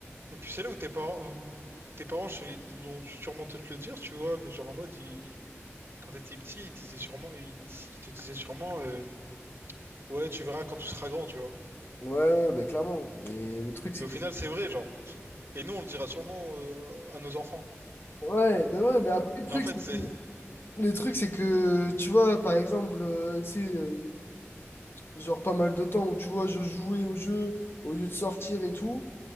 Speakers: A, on the right; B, on the left.
A: Et puis c'est là où tes parents, où tes parents, je sais- ils ont dû sûrement te te le dire, tu vois, mais genre en mode, ils- quand t'étais petit, ils disaient sûrement, ils, ils te disaient sûrement, euh, ouais, tu verras quand tu seras grand, tu vois.
B: Ouais, ouais, bah clairement, mais le truc c'est
A: Et au
B: que.
A: final, c'est vrai, genre. Et nous, on le dira sûrement euh, à nos enfants.
B: Ouais, ben ouais, mais après, le truc,
A: Et en fait,
B: c'est-
A: c'est,
B: le truc c'est que tu vois, par exemple, euh, tu sais, euh, genre pas mal de temps où tu vois, je jouais au jeu au lieu de sortir et tout.